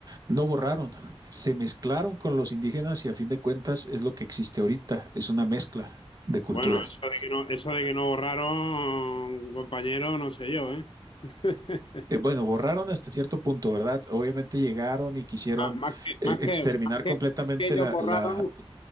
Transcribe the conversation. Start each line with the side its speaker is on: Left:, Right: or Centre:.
Right: no borraron, se mezclaron con los indígenas y a fin de cuentas es lo que existe ahorita, es una mezcla de culturas.
Left: Bueno, eso de que no, eso de que no borraron, compañero, no sé yo, ¿eh? <laughs>
Right: Eh, bueno, borraron hasta cierto punto, ¿verdad? Obviamente llegaron y quisieron
Left: Ah, más que,
Right: eh,
Left: más
Right: exterminar
Left: que, más
Right: completamente
Left: que, que ellos
Right: la,
Left: borraron,
Right: la,